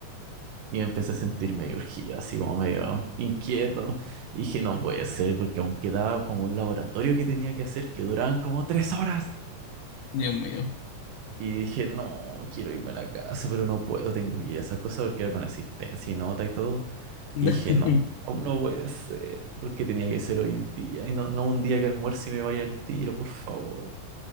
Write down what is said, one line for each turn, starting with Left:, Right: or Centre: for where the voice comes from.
Right: y me empecé a sentir medio urgido, así como medio inquieto. Y dije, no puede ser, porque aún quedaba como un laboratorio que tenía que hacer que duraban como tres horas.
Left: Dios mío.
Right: Y dije, no, quiero irme a la casa, pero no puedo, tengo que ir a esas cosas porque era con asistencia y nota y todo.
Left: <laughs>
Right: Y dije, no, no no puede ser, porque tenía que ser hoy día. Y no, no un día que almuerce y me vaya al tiro, por favor.